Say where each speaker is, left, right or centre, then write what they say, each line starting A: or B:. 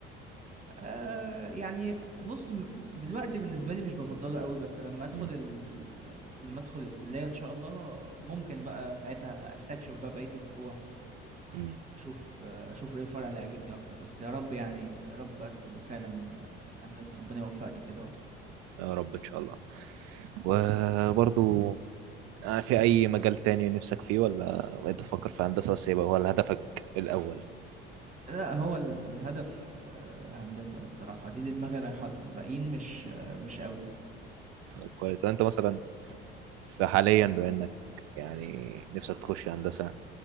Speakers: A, on the right (about 25°); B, on the right (about 55°).
A: آه يعني بص م- دلوقتي بالنسبه لي مش بفضله قوي بس لما ادخل
B: امم
A: ال... لما ادخل الكليه ان شاء الله ممكن بقى ساعتها استكشف بقى بقيه الفروع
B: امم
A: اشوف آه، اشوف ايه الفرع اللي عاجبني اكتر بس يا رب يعني يا رب ادخل فعلا آه، هندسه ربنا يوفقني كده وادخل
B: يا رب ان شاء الله وبرضو آه، في أي مجال تاني نفسك فيه ولا بقيت تفكر في هندسة بس يبقى هو هدفك الأول
A: لأ، هو ال الهدف آآ هندسة الصراحة، دي اللي دماغي رايحة لها، الباقيين مش آه، مش أوي.
B: طب كويس أنت مثلا في حاليا بما إنك يعني نفسك تخش هندسة